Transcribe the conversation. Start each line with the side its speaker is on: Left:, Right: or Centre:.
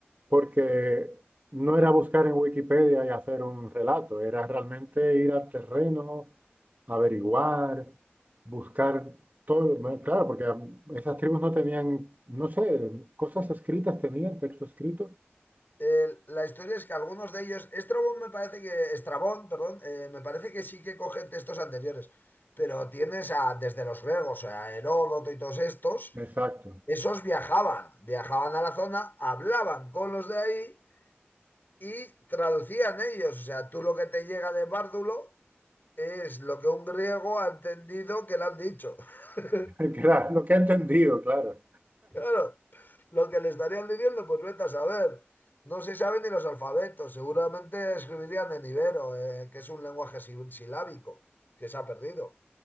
Right: porque no era buscar en Wikipedia y hacer un relato, era realmente ir al terreno, averiguar, buscar todo, bueno, claro, porque am, esas tribus no tenían, no sé, cosas escritas tenían, texto escrito.
Left: El- la historia es que algunos de ellos, Estrabón me parece que, Estrabón, perdón, eh, me parece que sí que coge textos anteriores, pero tienes a, desde los griegos, a Heródoto y todos estos,
Right: Exacto,
Left: esos viajaban, viajaban a la zona, hablaban con los de ahí y traducían ellos. O sea, tú lo que te llega de Bárdulo es lo que un griego ha entendido que le han dicho. <laughs>
Right: <laughs> claro, lo que he entendido, claro.
Left: Claro, lo que le estarían diciendo, pues vete a saber. No se saben ni los alfabetos, seguramente escribirían en ibero, eh, que es un lenguaje si- silábico, que se ha perdido.